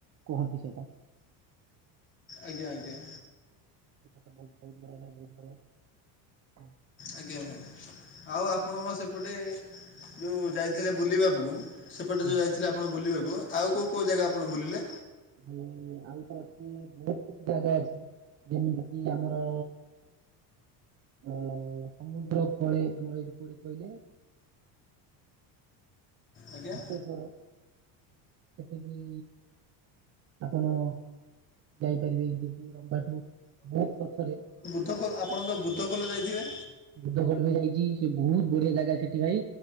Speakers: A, on the right; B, on the left.
A: କୁହନ୍ତି ସେଟା।
B: ଆଜ୍ଞା ଆଜ୍ଞା।
A: ଏ କଥା ବହୁତ ବହୁତ ବଢିଆ ଭାଇ ବହୁତ ବଢିଆ <inaudible>
B: ଆଜ୍ଞା ଭାଇ ଆଉ ଆପଣ ସେପଟେ ଯୋଉ ଯାଇଥିଲେ ବୁଲିବାକୁ। ସେପଟେ
A: ଆଚ୍ଛା,
B: ଯୋଉ ଯାଇଥିଲେ ଆପଣ ବୁଲିବାକୁ ଆଉ କୋଉ କୋଉ ଜାଗା ଆପଣ ବୁଲିଲେ?
A: ଉଁ ଆଉ ତ ଅଛି ବହୁତ କିଛି ଜାଗା ଅଛି। ଯେମିତି କିି ଆମର ଅ ସମୁଦ୍ର କୂଳେ ଆମର ଏଇଠି କୁଠି କହିଲେ?
B: ଆଜ୍ଞା
A: ବତେସ୍ୱର। ସେଠିବି ଆପଣ ଯାଇପାରିବେ କି ରମ୍ବାଠୁ ବହୁତ ପଛରେ।
B: ବୁଦ୍ଧ ଖୋଲ ଆପଣ ତ ବୁଦ୍ଧ ଖୋଲ ଯାଇଥିବେ?
A: ବୁଦ୍ଧ ଖୋଲ ବି ଯାଇଛି ସେ ବହୁତ ବଢିଆ ଜାଗା ସେଠି ଭାଇ।